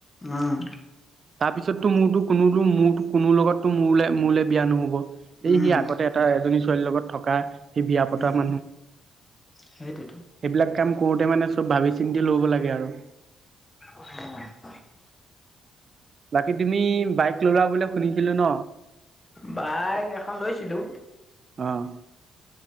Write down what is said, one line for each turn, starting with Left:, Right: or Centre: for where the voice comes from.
Left: উম,
Right: তাৰপিছততো মোৰো টো কোনোটো মোৰটো কোনো লগতো মোৰ মোলে বিয়া নহ'ব। সেই
Left: উম,
Right: সি আগতে এটা এজনী ছোৱালীৰ লগত থকা খিসি বিয়া পতা
Left: উম,
Right: মানুহ সেইবিলাক
Left: সেইটোৱেতো
Right: কাম কৰোঁতে মানে চব ভাবি চিন্তি ল'ব লাগে আৰু
Left: অহ
Right: বাকী তুমি বাইক ললা বুলি শুনিছিলো ন
Left: বাইক এখন লৈছিলো
Right: অহ।